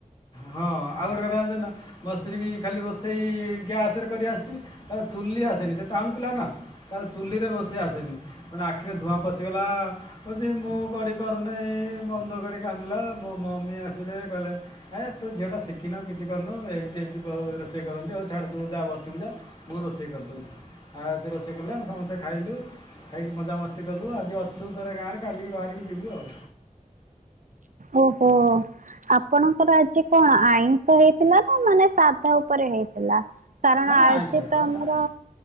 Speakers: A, on the left (about 30°); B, on the right (about 70°).
A: ହଁ ଆଉ ଗୋଟେ କଥା ଜାଣିଛ ନା ମୋ ସ୍ତ୍ରୀ କି ଖାଲି ରୋଷେଇ ଗ୍ୟାସରେ କରିଆସିଛି। ତା ଚୁଲି ଆସେନି ସେ ଟାଉନ ପିଲା ନା। ତା ଚୁଲିରେ ରୋଷେଇ ଆସେନି। ମାନେ ଆଖିରେ ଧୂଆଁ ପଶିଗଲା କଉଛି ମୁଁ କରିପାରୁନାହିଁ। ବଧ କରିଲେ। କାନ୍ଦିଲା ମୋ ମମି ଆସିଲେ। ତୁ ଝିଅ ଟା ଶିଖ କି ନ କିଛି କରିନୁ। ଏମିତି ଏମିତି ରୋଷେଇ କରନ୍ତି ଆଉ। ଛାଡେ ତୁ ଯା ବସିବୁ ଯା। ମୁଁ ରୋଷେଇ କରିଦେଉଛି। ଆଉ ସେ ରୋଷେଇ କଲେ ଆମେ ସମସ୍ତେ ଖାଇଲୁ। ଖାଇକି ମଜାମସ୍ତି କଲୁ। ଆଜି ଅଛୁ ଥରେ ଗାଁରେ କାଲିକି ବାହାରିକି ଯିବୁ ଆଉ।
B: ଓହୋ ଆପଣଙ୍କର ଆଜି କଣ ଆଇଁଷ ହେଇଥିଲା ନା ମାନେ ସାଧା ଉପରେ ହେଇଥିଲା। କାରଣ
A: ନା ନା
B: ଆଉଛି
A: ଆଇଁଷ ହେଇଥିଲା
B: ତ ଆମର
A: ନା